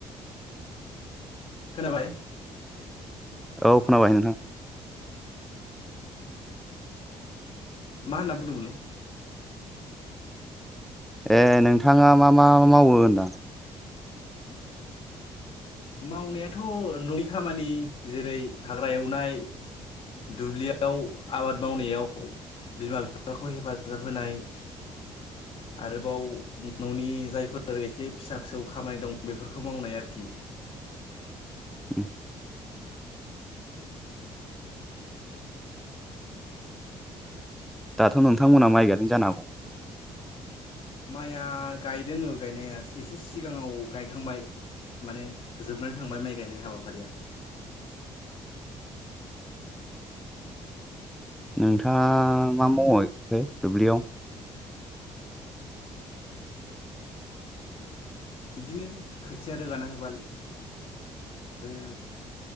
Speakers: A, on the left (about 55°); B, in the centre.
A: खोनाबाय
B: औ खोनाबाय नोंथां
A: मा होनना बुंदोंमोनलै
B: ए नोंथाङा मा मा मावो होनदां <inaudible>
A: मावनायाथ ननि खामानि जेरै हाग्रा एवनाय दुब्लियाव आबाद मावनायाव बिमा बिफाखौ हेफाजाब होनाय
B: <unintelligible>
A: आरोबाव ननि जायफोर एसे फिसा फिसौ खामानि दं बेफोरखौ मावनाय आरोखि
B: औ दाथ नोंथांमोना माइ गाजों जानांगौ
A: माइया गायदों गायनाया एसे सिगाङाव गायखांबाय। माने जोबनानै थांबाय माइ गायनाय हाबाफारिया।
B: <inaudible> नोंथाङा मा मावहैखो दुब्लियाव?
A: बिदिनो खोथिया रोगाना होबाय। उम